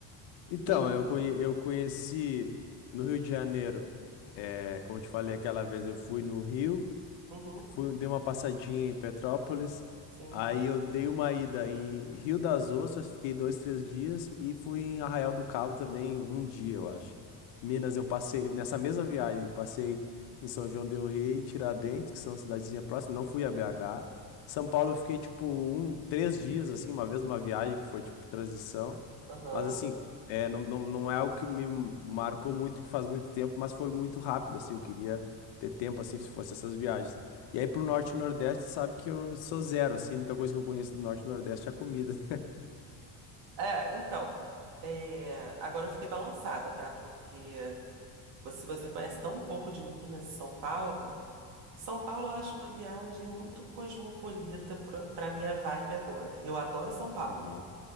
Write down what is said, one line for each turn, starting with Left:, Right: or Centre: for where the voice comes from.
Left: Então,
Right: Rio?
Left: eu, conhe- eu conheci no Rio de Janeiro, é, como eu te falei aquela vez, eu fui no Rio
Right: Uhum,
Left: fui, dei uma passadinha em Petrópolis,
Right: sim.
Left: aí eu dei uma ida em Rio das Ostras, fiquei dois, três dias, e fui em Arraial do Cabo também um dia, eu acho. Minas, eu passei, nessa mesma viagem, eu passei em São João del Rei, Tiradentes, que são cidadezinhas próximas, não fui a BH. São Paulo eu fiquei, tipo, um, três dias, assim, uma vez numa viagem que foi, tipo, transição,
Right: Aham.
Left: mas assim... É, não, não, não é algo que me marcou muito, que faz muito tempo, mas foi muito rápido, assim, eu queria ter tempo, assim, se fosse essas viagens. E aí pro norte e nordeste, sabe que eu sou zero, assim, a única coisa que eu conheço do norte e nordeste é a comida. <laughs>
Right: É, então, é, agora eu fiquei balançada, tá? Porque você- se você conhece tão pouco de Minas e São Paulo, São Paulo eu acho uma viagem muito cosmopolita pra, pra minha vibe agora. Eu adoro São Paulo.
Left: Uhum,